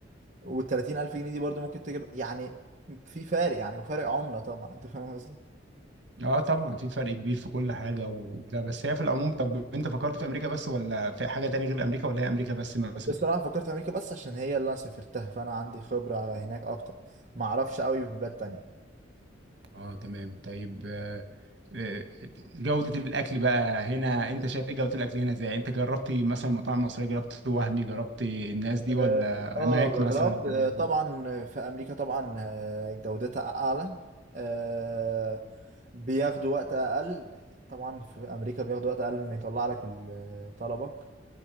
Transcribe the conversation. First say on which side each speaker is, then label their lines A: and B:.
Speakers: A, on the right; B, on the right.
A: والتلاتين ألف جنيه دي برضه ممكن تجيب يعني في فارق يعني وفارق عملة طبعا أنت فاهم قصدي
B: اه طبعا في فرق كبير في كل حاجه وده بس هي في العموم طب انت فكرت في امريكا بس ولا في حاجه تانية غير امريكا ولا هي امريكا بس مثلا
A: بصراحة فكرت في أمريكا بس عشان هي اللي أنا سافرتها فأنا عندي خبرة هناك أكتر ما أعرفش قوي في بلاد تانية
B: اه تمام طيب آه، آه، جودة الأكل بقى هنا أنت شايف إيه جودة الأكل هنا إزاي؟ أنت جربت مثلا مطاعم مصرية جربت وهمي جربت الناس
A: اه
B: دي ولا
A: آه،
B: ماك
A: جربت
B: مثلا الحاجات
A: آه، طبعا
B: دي؟
A: في امريكا طبعا آه، جودتها اعلى آه، بياخدوا وقت اقل طبعا في امريكا بياخدوا وقت اقل ان يطلع لك ال- طلبك